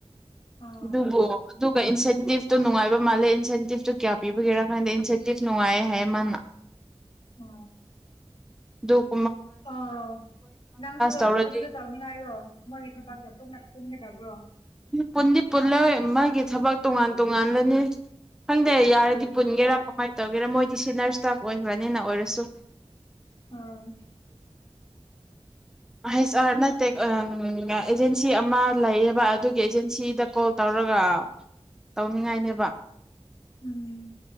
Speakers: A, on the left; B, in the centre.
A: ꯑꯣ
B: ꯑꯗꯨꯕꯨꯣꯒ ꯏꯟꯁꯥꯏ ꯏꯦꯟꯇꯤꯞꯇꯣ ꯅꯨꯡꯉꯥꯏ ꯃꯥꯜꯂꯦ ꯏꯟꯁꯦꯟꯇꯤꯞꯇꯨ ꯀꯌꯥ ꯄꯤꯕꯤꯒꯦꯔꯥ ꯈꯥꯟꯗ ꯏꯟꯁꯦꯟꯇꯤꯞ ꯅꯨꯡꯉꯥꯏ ꯍꯥꯏꯌꯦ ꯃꯥꯅ
A: ꯎ
B: ꯗꯣꯛ
A: ꯑꯣ ꯅꯪꯁꯨ
B: ꯇꯧꯔꯗꯤ
A: ꯑꯗꯨꯗ ꯇꯧꯅꯤꯡꯉꯥꯏꯔꯣ ꯃꯣꯏꯒꯤ ꯊꯕꯛꯁꯦ ꯄꯨꯝꯟꯅ ꯄꯨꯟꯒꯗꯕ꯭ꯔꯣ
B: ꯄꯨꯟꯗꯤ ꯄꯨꯜꯂꯣꯏ ꯃꯥꯒꯤ ꯊꯕꯛ ꯇꯣꯉꯥꯟ ꯇꯣꯉꯜꯂꯅꯤ ꯈꯪꯗꯔꯦ ꯌꯥꯔꯗꯤ
A: ꯎꯝ
B: ꯄꯨꯟꯒꯦꯔꯥ ꯀꯃꯥꯏ ꯇꯧꯒꯦꯔꯥ ꯃꯣꯏꯗꯤ ꯁꯤꯅꯔ ꯏꯁꯇꯥꯐ ꯑꯣꯏꯈ꯭ꯔꯅꯤꯅ ꯑꯣꯏꯔꯁꯨ
A: ꯑꯥ
B: ꯍꯩꯁ ꯑꯥꯔ ꯅꯠꯇ ꯑꯦꯖꯦꯟꯁꯤ ꯑꯃ ꯂꯩꯌꯦꯕ ꯑꯗꯨꯒꯤ ꯑꯦꯖꯦꯟꯁꯤꯗ ꯀꯣꯜ ꯇꯧꯔꯒ ꯇꯧꯅꯤꯡꯉꯥꯏꯅꯦꯕ
A: ꯎꯝ